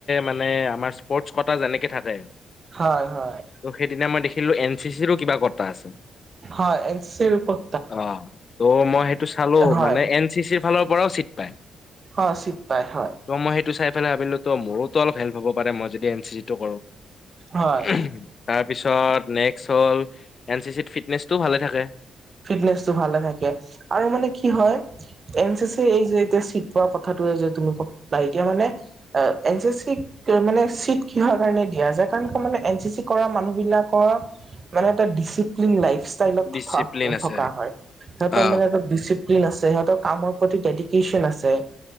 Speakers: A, on the left (about 50°); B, on the right (about 45°).
A: মানে আমাৰ স্পৰ্টচ কটা যেনেকে থাকে।
B: হয় হয়।
A: ত' সেইদিনা মই দেখিলো এন চি চিৰো কিবা কটা আছে।
B: হয় এন চি উপ
A: অঁ ত' মই সেইটো চালো
B: হয়
A: মানে এন চি চিৰ ফালৰ পৰাও চিট পায়।
B: হয় চিত পাই হয়।
A: ত' মই সেইটো চাই ভাবিলো ত মোৰো ত অলপ হেল্প হ'ব পাৰে মই যদি এন চি চিটো কৰোঁ।
B: হয়
A: তাৰপিছত নেক্সট হ'ল এন চি চিত ফিটনেচটোও ভালে থাকে।
B: ফিটনেচটো ভালে থাকে, আৰু মানে কি হয় এন চি চি এই যে এতিয়া চিত পোৱা কথাটোৱে যে তুমি ক, বা এতিয়া মানে এ এন চি চি মানে চিট কিহৰ কাৰণে দিয়া যায়, কাৰণ কি মানে এন চি চি কৰা মানুহ বিলাকৰ মানে এটা ডিচিপ্লিন লাইফ ষ্টাইলত
A: ডিচিপ্লিন
B: থ
A: আছে
B: থকা হয়, সিহতৰ
A: অ',
B: মানে এটা ডিচিপ্লিন আছে সিহঁতৰ কামৰ প্ৰতি ডেডিকেশ্যন আছে,